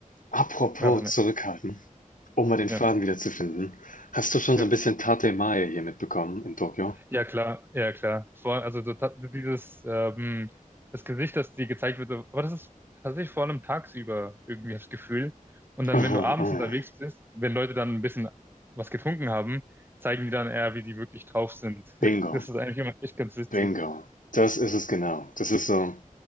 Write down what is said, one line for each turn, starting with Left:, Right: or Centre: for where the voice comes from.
Left: Apropos
Right: aber ne,
Left: zurückhalten, um mal den Faden
Right: ja,
Left: wieder zu finden. Hast du schon
Right: ja.
Left: so ein bisschen Tate Mae hier mitbekommen in Tokio?
Right: Ja, klar, ja, klar. Vor, also so ta- dieses, ähm, das Gesicht, das dir gezeigt wird, so, aber das ist tatsächlich vor allem tagsüber irgendwie das Gefühl. Und dann,
Left: <laughs> Aha,
Right: wenn du abends
Left: aha.
Right: unterwegs bist, wenn Leute dann ein bisschen was getrunken haben, zeigen die dann eher, wie die wirklich drauf sind.
Left: Bingo,
Right: <laughs> Das ist eigentlich immer echt ganz witzig.
Left: bingo. Das ist es genau. Das ist so.